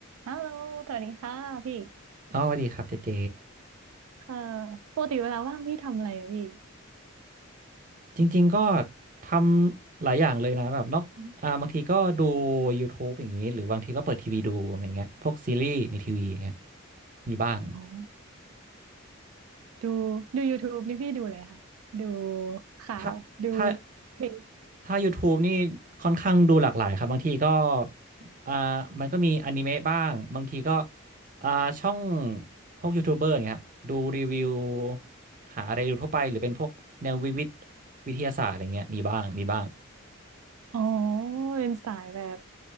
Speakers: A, on the right (about 80°); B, on the right (about 40°).
A: ฮัลโหลสวัสดีค่ะพี่
B: อ๋อสวัสดีครับเจเจ
A: เอ่อปกติเวลาว่างพี่ทำอะไรอะพี่
B: จริงๆ ก็ทำหลายอย่างเลยนะแบบนอกอ่าบางทีก็ดู YouTube อย่างนี้หรือบางทีก็เปิดทีวีดูอะไรเงี้ยพวกซีรีส์ในทีวีอย่างเงี้ยมีบ้าง
A: อ๋อดูดู YouTube นี่พี่ดูเลยค่ะดูข่าวดู
B: ถ้าถ้า
A: เพลง
B: ถ้า YouTube นี่ค่อนข้างดูหลากหลายครับบางทีก็อ่ามันก็มีอนิเมะบ้างบางทีก็อ่าช่องพวกยูทูบเบอร์อย่างเงี้ยครับดูรีวิวหาอะไรดูทั่วไปหรือเป็นพวกแนววิวิทย์วิทยาศาสตร์อะไรเงี้ยมีบ้างมีบ้าง
A: อ๋อเป็นสายแบบ